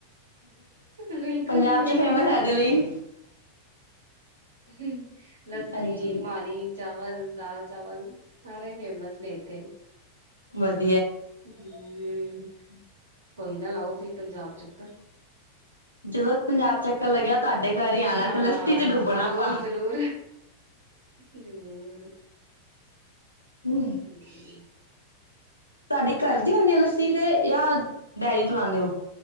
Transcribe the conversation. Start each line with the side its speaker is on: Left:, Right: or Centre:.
Right: ਬਿਲਕੁਲ
Left: ਪੰਜਾਬ
Right: ਮਿਲੇਗੀ
Left: ਚ ਫੇਮਸ ਹੈ ਇਹਦੇ ਲਈ
Right: ਹੂੰ। ਲੱਸੀ,
Left: ਹਾਂਜੀ
Right: ਮਾਣੀ, ਚਾਵਲ ਵੱਲ ਦਾਲ, ਚਾਵਲ ਸਾਰੇ ਫੇਮਸ ਨੇ ਇੱਥੇ
Left: ਵਧੀ
Right: ਹੂੰ। ਕੋਈ ਨਾ ਲਾਉ, ਤੁਸੀਂ ਪੰਜਾਬ ਚੱਕਰ
Left: ਜਦੋਂ ਪੰਜਾਬ ਚੱਕਰ ਲੱਗਿਆ, ਤੁਹਾਡੇ ਘਰ ਹੀ ਆਉਣਾ
Right: ਹਾਂ
Left: ਤੇ ਲੱਸੀ ਚ ਡੁੱਬਣਾ
Right: ਜ਼ਰੂਰ
Left: ਆਪਾਂ
Right: ਜ਼ਰੂਰ ਜ਼ਰੂਰ
Left: ਹੂੰ।
Right: ਹਾਂਜੀ
Left: ਤੁਹਾਡੀ ਘਰ ਦੀ ਹੁੰਦੀ ਆ ਲੱਸੀ, ਤੇ ਜਾਂ ਡੇਅਰੀ ਤੋਂ ਲਾਂਦੇ ਔ।